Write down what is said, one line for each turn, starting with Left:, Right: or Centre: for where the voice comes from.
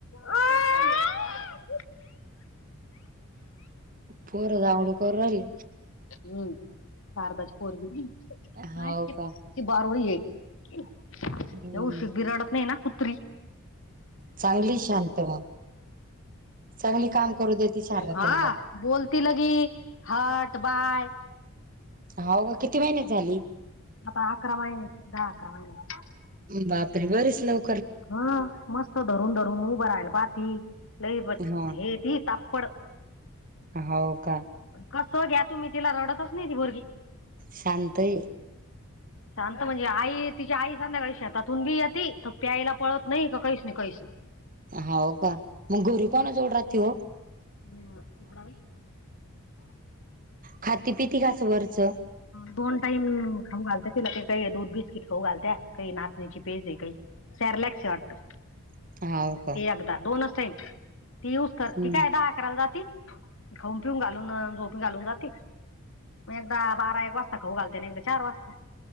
Left: हम्म
Right: पोरं दागडू करू राहीली.
Left: हम्म शारदाची पोरंगी नाय
Right: हो
Left: ती
Right: का
Left: बारूळी आहे.
Right: हम्म
Left: येऊशीक बि रडत नाही ना कुत्री!
Right: चांगली शांत म चांगली काम करू देेते शारद
Left: हा
Right: तईला.
Left: बोलती लगी हट बाय
Right: हाव का किती महिन्याची झाली?
Left: आता अकरा महिन्याची दहा अकरा महिन्याची.
Right: बापरे बरेच लव
Left: हा मस्त धरून धरून उभं राहिला पाहती लई प
Right: हा
Left: हे ती तापड
Right: हो का!
Left: कसं घ्या तुम्ही तिला रडतच नाही ती पोरगी.
Right: शांत आहे.
Left: शांत म्हणजे आई तिची आई सांधाकाळी शेतातून बी येती प्यायला पळत नाही का काहीच नाही काहीच नाही.
Right: हाव का मग घरी कोंनाजवळ राहती व?
Left: हम् सुपडाबाई
Right: खाती पिती का आस वरचं?
Left: दोन टाईम खाऊ घालतिया तिला का काही दूध बिस्किट खाऊ घालतिया काही नाचणीची पेज आहे काही सरलॅक्स हाय वाटतं.
Right: हाव का
Left: ते एकदा दोनच टाईम ती युज कर, ती
Right: हम्म
Left: काय दहा अकराला जाती. खाऊन पिऊन घालून झोपीन घालून जाती. बारा एक वाजता खाऊ घालते आन एकदा चार वाजता.